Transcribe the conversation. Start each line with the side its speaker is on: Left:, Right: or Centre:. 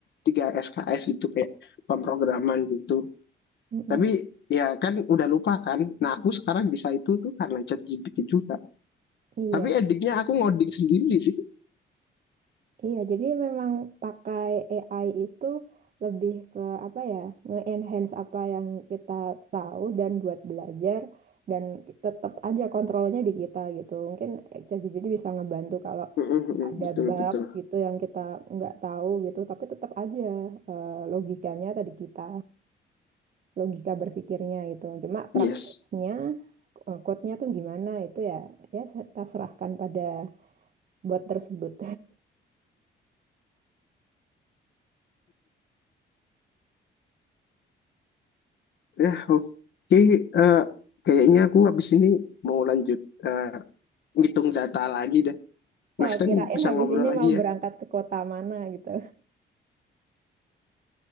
Left: tiga SKS gitu kayak pemrograman gitu
Right: Mm-mm.
Left: tapi ya kan udah lupa kan nah aku sekarang bisa itu tuh karena ChatGPT juga
Right: Iya,
Left: tapi endingnya aku ngoding sendiri sih
Right: iya. Jadi memang pakai AI itu lebih ke apa ya, nge-enhance apa yang kita tahu dan buat belajar dan tetap aja kontrolnya di kita gitu. Mungkin eh, ChatGPT bisa ngebantu kalau
Left: <laughs>
Right: ada
Left: betul
Right: bugs
Left: betul
Right: gitu yang kita nggak tahu gitu tapi tetap aja eh, logikanya tadi kita logika berpikirnya gitu cuma praktiknya
Left: yes
Right: eh, code-nya tuh gimana itu ya ya se- kita serahkan pada bot tersebut
Left: ya oke eh, kayaknya aku habis ini mau lanjut eh, ngitung data lagi deh
Right: <laughs> oh
Left: next time
Right: kirain
Left: bisa
Right: habis
Left: ngobrol
Right: ini
Left: lagi
Right: mau berangkat
Left: ya
Right: ke kota mana gitu